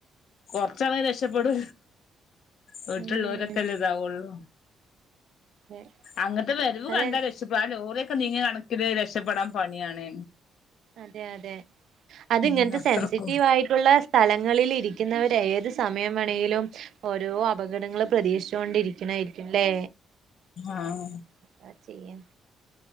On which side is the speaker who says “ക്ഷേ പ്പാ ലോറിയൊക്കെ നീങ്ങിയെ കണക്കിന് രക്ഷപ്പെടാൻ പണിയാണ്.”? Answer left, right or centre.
Left